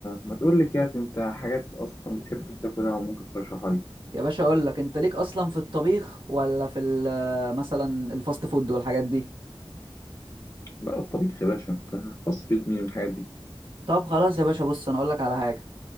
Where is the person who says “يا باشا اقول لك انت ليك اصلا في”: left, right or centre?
Right